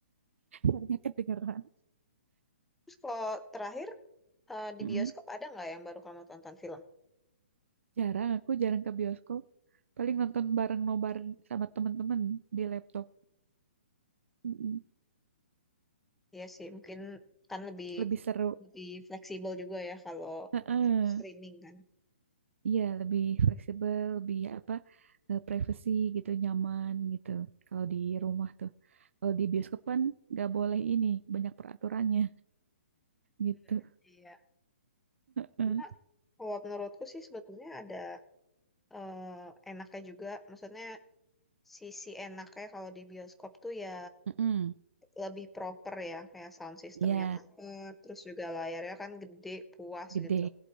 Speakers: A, on the right; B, in the centre.
A: <laughs> karena kedengeran.
B: Terus kalau terakhir eh, di
A: Mm-mm.
B: bioskop ada nggak yang baru kamu tonton film?
A: Jarang, aku jarang ke bioskop. Paling nonton bareng nobar sama temen-temen di laptop. Mm-mm.
B: Iya sih, mungkin kan lebih
A: Lebih seru.
B: lebih fleksibel juga ya kalau
A: Heeh.
B: streaming kan.
A: Iya, lebih fleksibel, lebih apa, eh, privacy gitu, nyaman gitu. Kalau di rumah tuh. Kalau di bioskop kan nggak boleh ini, banyak peraturannya gitu.
B: Mm, Iya.
A: Heeh.
B: Cuma kalau menurutku sih sebetulnya ada eh, enaknya juga, maksudnya sisi enaknya kalau di bioskop tuh ya
A: Mm-mm.
B: lebih proper ya, kayak sound systemnya
A: Iya,
B: proper, terus juga layarnya kan gede, puas
A: gede.
B: gitu.